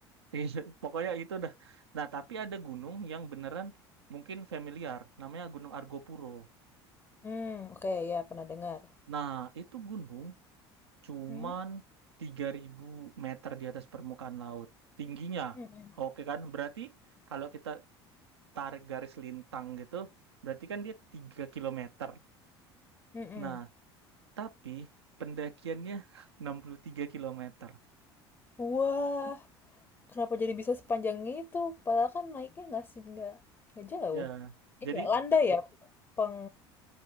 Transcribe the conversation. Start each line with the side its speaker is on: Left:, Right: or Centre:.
Right: <laughs> itu- pokoknya itu dah. Nah, tapi ada gunung yang beneran mungkin familiar. Namanya Gunung Argopuro.
Left: Hmm, oke ya pernah dengar.
Right: Nah, itu gunung cuman
Left: Hmm.
Right: tiga ribu meter di atas permukaan laut. Tingginya.
Left: Mm-mm.
Right: Oke kan? Berarti kalau kita tarik garis lintang gitu, berarti kan dia 3 kilometer.
Left: Mm-mm.
Right: Nah, tapi pendakiannya <laughs> 63 kilometer.
Left: Wah, kenapa jadi bisa sepanjang itu? Padahal kan naiknya nggak sih nggak nggak jauh.
Right: Ya,
Left: Ini
Right: jadi
Left: ya landai ya peng